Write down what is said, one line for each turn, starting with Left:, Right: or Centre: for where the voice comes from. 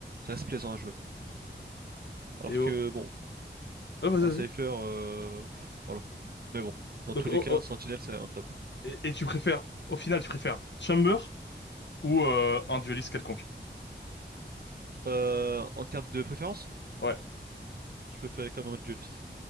Right: Ça reste plaisant à jouer. Alors
Left: Et oh,
Right: que bon,
Left: oh, vas-y,
Right: un
Left: vas-y.
Right: Cypher, euh, voilà. Mais bon, dans
Left: Donc,
Right: tous
Left: oh,
Right: les cas,
Left: oh,
Right: sentinelle, c'est un top.
Left: et, et tu préfères, au final, tu préfères Chamber ou euh, un dueliste quelconque?
Right: Euh, en termes de préférence,
Left: Ouais.
Right: je préférais quand même un dueliste.